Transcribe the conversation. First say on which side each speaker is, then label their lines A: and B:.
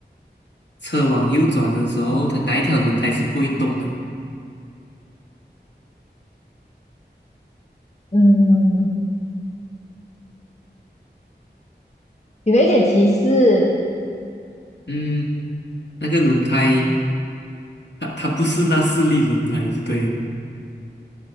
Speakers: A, on the left; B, on the left.
A: 车往右转的时候，它哪一条轮胎是不会动的？
B: 嗯，有没有一点提示？
A: 嗯，那个轮胎，它它不是那四粒轮胎就对了。